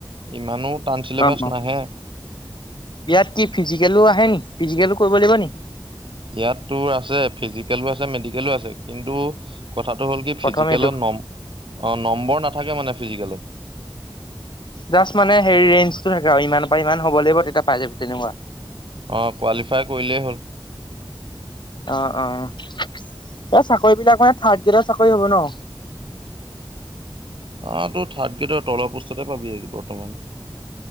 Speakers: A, on the right (about 70°); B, on the left (about 60°).
A: ইমানো? তান চিলেবাছ
B: অ',
A: নাহে।
B: ইয়াত কি ফিজিকেলো আহে নেকি ফিজিকেলো কৰিব লাগিব নেকি?
A: ইয়াততো আছে ফিজিকেলো আছে মেডিকেলো আছে কিন্তু। কথাটো হ'ল কি
B: প্ৰথম
A: ফিজিকেলত
B: এইটো
A: নম অ নম্বৰ ন। থাকে মানে ফিজিকেলত।
B: জাষ্ট মানে হেৰি ৰেঞ্জটো থাকে আৰু ইমান পাই ইমান হ'ব লাগিব তেতিয়া পাই যাবি তেনেকুৱা?
A: অ কোৱালিফাই কৰিলেই হ'ল।
B: অ অ এ চাকৰি বিলাক মানে থাৰ্ড গ্ৰেডৰ চাকৰি হ'ব ন।
A: আহ তো থাৰ্ড গ্ৰেডৰ তলৰ পোষ্ট্ততে পাবি বৰ্তমান।